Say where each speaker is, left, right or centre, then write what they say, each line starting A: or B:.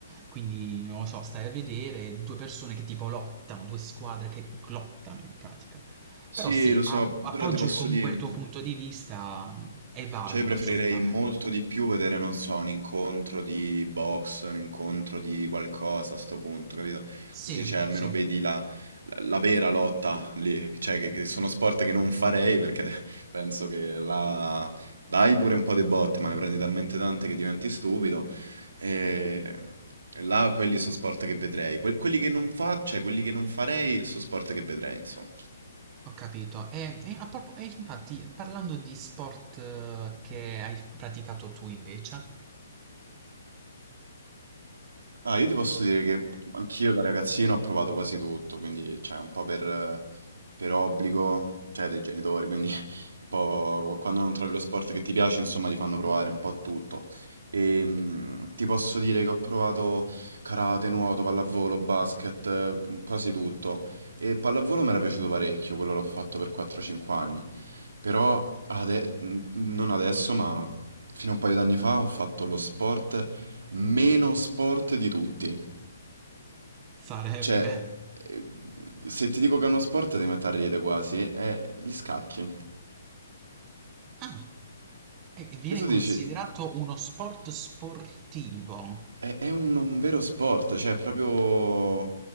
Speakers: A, on the right; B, on the right.
A: Quindi, non lo so, stai a vedere due persone che tipo lottano, due squadre che lottano in pratica.
B: sì,
A: Però sì,
B: lo so,
A: a- appoggio
B: però ti posso
A: il- comunque
B: dire,
A: il tuo punto di vista, è valido
B: Cioè, io preferirei
A: assolutamente.
B: molto di più vedere, non so, un incontro di box, un incontro di qualcosa a sto punto, capito?
A: Sì,
B: Così, cioè, almeno
A: sì,
B: vedi la, la- la vera lotta lì, cioè, che, che sono sport che non farei perché <laughs> penso che la... dai pure un po' di botte, ma ne prendi talmente tante che diventi stupido. E, e là quelli sono sport che vedrei. Que- quelli che non fa, cioè, quelli che non farei sono sport che vedrei, insomma.
A: ho capito. E, e a propo- e infatti, parlando di sport eh, che hai praticato tu invece,
B: Ah, io ti posso dire che anch'io da ragazzino ho provato quasi tutto, quindi cioè, un po' per, per obbligo, cioè dei genitori, quindi <laughs> un po' quando non trovi lo sport che ti piace, insomma, ti fanno provare un po' tutto. E mh, ti posso dire che ho provato karate, nuoto, pallavolo, basket, eh, quasi tutto. E pallavolo mi era piaciuto parecchio, quello l'ho fatto per 4-5 anni. Però ade- n- non adesso, ma fino a un paio d'anni fa ho fatto lo sport meno sport di tutti.
A: sarebbe...
B: Cioè, eh, se ti dico che è uno sport ti metti a ridere quasi, è gli scacchi.
A: Ah, e viene
B: Che tu
A: considerato
B: dici,
A: uno sport sportivo,
B: È, è un, un vero sport, cioè è proprio